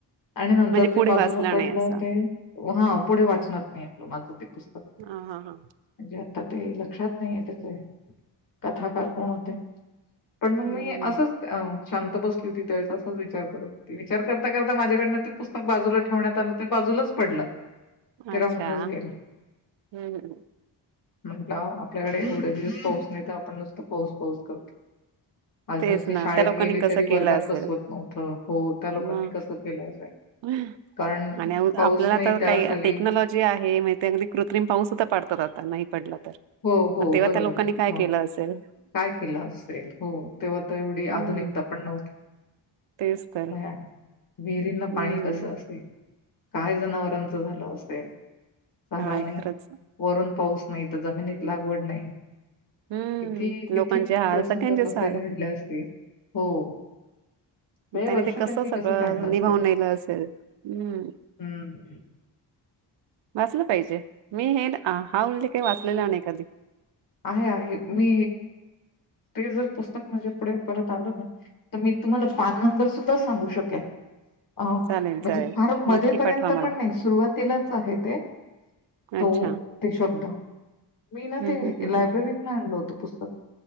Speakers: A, on the left; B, on the right.
A: आणि नंतर
B: म्हणजे
A: ते
B: पुढे
A: बाजूला
B: वाचला
A: पडलं
B: नाही असा
A: ते हा पुढे वाचनात नाय आल माझं ते पुस्तक
B: हा हा हा
A: म्हणजे आता ते लक्षात नाही आहे त्याचे कथाकार कोण होते पण
B: हम्म
A: मग मी असंच अ शांत बसली होती त्यावेळे असाच विचार करत हो विचार करता करता माझ्याकडनं ते पुस्तक बाजूला ठेवण्यात आलं ते बा जुलाच पडल ते
B: अच्छा
A: राहूनच गेलं
B: हम्म
A: म्हंटलं आपल्याकडे एवढे दिवस पाऊस नाही तर आपण नुसतं पाऊस पाऊस करतो आज
B: तेच
A: नुसती
B: ना
A: शाळेत
B: त्या लोकांनी
A: गेली
B: कसं
A: तरी
B: केलं
A: वर्गात
B: असेल
A: बसवत नव्हतं हो त्या लोकांनी
B: मग
A: कसं केलं असेल
B: <unintelligible>
A: कारण
B: आणि
A: पाऊस
B: आपल्याला
A: नाही
B: आता
A: त्या
B: काही
A: साली
B: टेक्नॉलॉजी आहे म्ह ते अगदी कृत्रिम पाऊस सुद्धा पाडतात आता नाही पडलं तर
A: हो हो
B: पण तेव्हा
A: बरोबर
B: त्या लोकांनी
A: आहे
B: काय
A: हो
B: केलं असेल
A: काय केलं असेल हो तेव्हा तर एवढी
B: हम्म
A: आधुनिकता पण नव्हती
B: तेच तर
A: भयानक विहिरींना
B: हम्म
A: पाणी कसं असेल काय जनावरांच झाल असेल चारा
B: काय
A: नाही
B: खरंच
A: वरून पाऊस नाही तर जमिनीत लागवड नाही
B: हम्म
A: किती किती
B: लोकांचे हाल
A: प्रसंग
B: सगळ्यांचेच
A: कसे
B: हाल
A: घडले असतील हो <inaudible> ते
B: त्याने
A: वर्ष त्यांनी
B: सगळं
A: कसं काढलं असेल
B: निभावून नेलं असेल हम्म
A: <inaudible> हम्म <inaudible>
B: वाचलं पाहिजे मी हें आ हा उल्लेख काय वाचलेला नाय कधी.
A: आहे आहे मी ते जर पुस्तक माझ्या पुढे परत आल ना तर मी तुम्हाला पान नंबर सुद्धा सांगू शकेल. अ
B: चालेल
A: म्हणजे
B: चालेल
A: फार मध्येपर्यंत
B: नक्की पाठवा मला
A: पण नाई सुरुवातीलाच आहे ते. तो
B: अच्छा
A: ते शब्द मी ना
B: हम्म
A: ते
B: हम्म हम्म
A: लायब्ररीतन आणलं होत. पुस्तक.